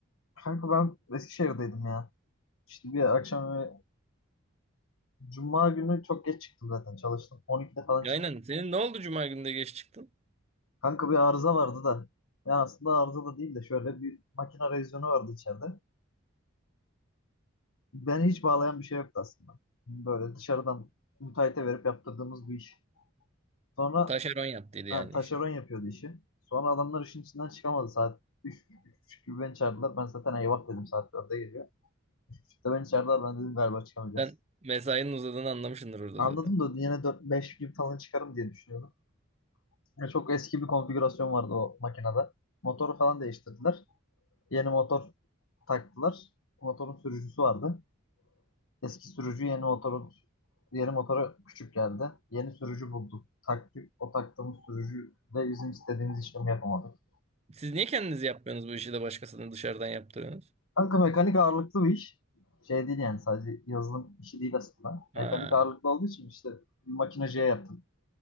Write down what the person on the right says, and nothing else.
Aynen. Senin ne oldu cuma günü de geç çıktın?
Taşeron yaptıydı
yani
işi.
Sen mesainin uzadığını anlamışsındır orada
zaten.
Siz niye kendiniz yapmıyorsunuz bu işi de başkasını dışarıdan yaptırıyorsunuz?
Ha.